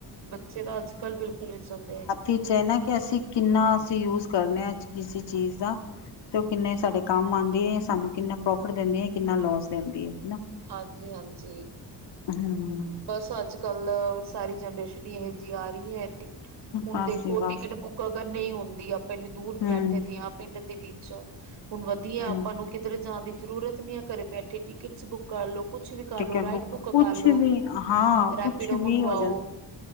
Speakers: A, on the right; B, on the left.
A: ਬੱਚੇ ਤਾਂ ਅੱਜ-ਕੱਲ ਬਿਲਕੁਲ ਵੀ ਨੀਂ ਸੋਣਦੇ।
B: ਇਚ ਐ ਨਾ ਕਿ ਅਸੀਂ ਕਿੰਨਾ ਅਸੀਂ ਯੂਜ ਕਰਨੇ ਆਂ ਕਿਸੇ ਚੀਜ਼ ਦਾ। ਤੇ ਉਹ ਕਿੰਨੇ ਸਾਡੇ ਕੰਮ ਆਂਦੀ ਏ, ਸਾਨੂੰ ਕਿੰਨਾ ਪ੍ਰੋਫਿਟ ਦਿੰਦੇ ਏ, ਕਿੰਨਾ ਲੋਸ ਦਿੰਦੀ ਐ। ਹਨਾ?
A: ਹਾਂਜੀ ਹਾਂਜੀ
B: ਹੂੰ
A: ਬਸ ਅੱਜ-ਕੱਲ ਸਾਰੀ ਜਨਰੇਸ਼ਨ ਈ ਇਹੋ ਜਿਹੀ ਆ ਰਹੀ ਐ ਟਿਕ ਹੁਣ
B: ਬਸ
A: ਦੇਖੋ
B: ਜੀ ਬਸ
A: ਟਿਕਟ ਬੁੱਕ ਕਗਰ ਨ੍ਹੀਂ ਹੁੰਦੀ ਆਪਾਂ ਇੰਨੀ ਦੂਰ
B: ਹੂੰ
A: ਬੈਠੇ ਦੇ ਆਂ ਪਿੰਡ ਦੇ ਵਿੱਚ, ਹੁਣ ਵਧੀਆ
B: ਹੂੰ
A: ਆਪਾਂ ਨੂੰ ਕਿਧਰੇ ਜਾਣ ਦੀ ਜ਼ਰੂਰਤ ਨੀ ਏ, ਘਰੇ ਬੈਠੇ ਟਿਕਟਸ ਬੁੱਕ ਕਰ ਲੋ ਕੁਛ ਵੀ ਕਰ
B: ਟਿਕਟ
A: ਲੋ, ਰਾਈਡ ਬੁੱਕ
B: ਕੁਛ
A: ਕਰ ਲੋ,
B: ਵੀ ਹਾਂ
A: ਰੈਪੀਡੋ
B: ਕੁਛ ਵੀ
A: ਮੰਗਵਾਓ।
B: ਹੋ